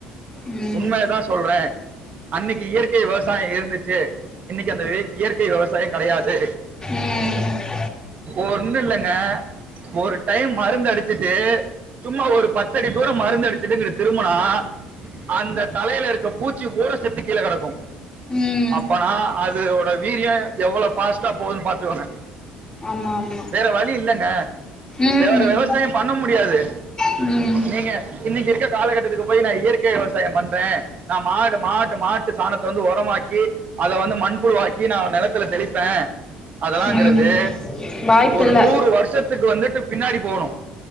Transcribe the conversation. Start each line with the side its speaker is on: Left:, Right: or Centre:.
Left: ம்
Right: உண்மைய தா சொல்றே அன்னிக்கி இயற்கை விவசாயோ இருந்துச்சு இன்னிக்கி அந்த இயற்கை விவசாய கெடையாது
Left: ம்
Right: ஒன்னு இல்லங்க ஒரு டைம் மருந்து அடிச்சிட்டு சும்மா ஒரு பத்தடி தூர மருந்து அடிச்சுட்டு இங்கிட்டு திரும்புனா அந்த தலையில இருக்க பூச்சி பூரா செத்து கீழ கெடக்கு
Left: ம்
Right: அப்பனா அது ஓட வீரியோ எவ்ளோ ஃபாஸ்ட்டா போகுதுன்னு பாத்துக்கோங்க
Left: ஆமா ஆமா
Right: வேற வழி இல்லங்க
Left: ம்
Right: வேற விவசாயம் பண்ண முடியாது
Left: ம்
Right: நீங்க இன்னைக்கு இருக்க காலகட்டத்துக்கு போய் நா இயற்கை விவசாய பண்றே மாடு மாட்டு மாட்டு சாணத்த வந்து உரமாக்கி அத வந்து மண்புழுவாக்கி நா நிலத்த இல்ல செழிப்பே அதுலான்றது
Left: ம் வாய்ப்பில்ல
Right: ஒரு நூறு வருஷத்து க்கு வந்துட்டு பின்னாடி போகணு